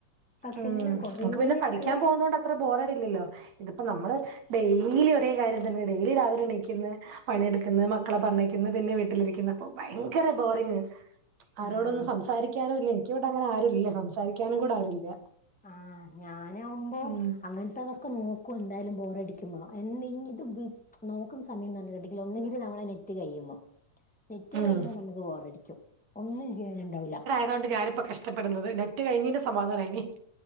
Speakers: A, in the centre; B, on the right.
A: പക്ഷെങ്കില്
B: ഉം
A: കൊറേയെക്കെ
B: നമുക്ക് പിന്നെ പഠിക്കാൻ പോകുന്നോണ്ട് അത്ര ബോറടില്ലല്ലോ ഇതിപ്പ നമ്മള് ഡെയിലി ഒരേ കാര്യം തന്നെ ഡെയിലി രാവിലെ എണീക്ക്ന്ന് പണിയെടുക്ക്ന്ന് മക്കളെ പറഞ്ഞയിക്ക്ന്ന് പിന്നെ വീട്ടിലിരിക്ക്ന്ന് അപ്പൊ ഭയങ്കര ബോറിങ് ആരോടൊന്നും
A: ആ
B: സംസാരിക്കാനൂല്ല എൻക്കിവിടെ അങ്ങനെ ആരുല്ല സംസാരിക്കാനും കൂടെ ആരുല്ല
A: ആ ഞാനാവുമ്പൊ
B: ഉം
A: അങ്ങൻത്തതൊക്കെ നോക്കും എന്തായാലും ബോറടിക്കുമ്പൊ എന്തെങ്കി നോക്കുന്ന സമയന്നർഞ്ഞ്ട്ട്ണ്ടെങ്കില് ഒന്നെങ്കില് നമ്മളെ നെറ്റ് കയ്യുമ്പ നെറ്റ്
B: ഉം
A: കഴിയുമ്പം നമുക്ക് ബോറടിക്കും ഒന്നും ചെയ്യാനിണ്ടാവൂല
B: അതോണ്ട് ഞാനിപ്പ കഷ്ടപ്പെടുന്നത് നെറ്റ് കഴിഞ്ഞിന്റെ സമാധാനായിനി